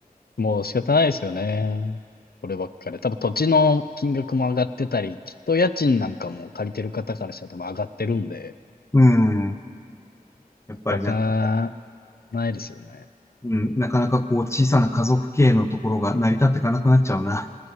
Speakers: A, on the left; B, on the left.
A: もう仕方ないですよね。こればっかり多分土地の金額も上がってたり、きっと家賃なんかも借りてる方からしたら多分上がってるんで、
B: <laughs> うん。やっぱりなかなか、
A: 仕方ないですよね。
B: うん、なかなかこう、小さな家族経営のところが成り立っていかなくなっちゃうな。